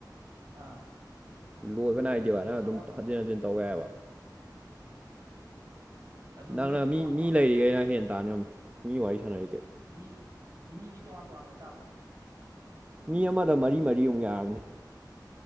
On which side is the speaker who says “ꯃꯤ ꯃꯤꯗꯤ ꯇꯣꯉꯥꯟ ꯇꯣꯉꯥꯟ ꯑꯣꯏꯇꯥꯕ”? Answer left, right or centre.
Right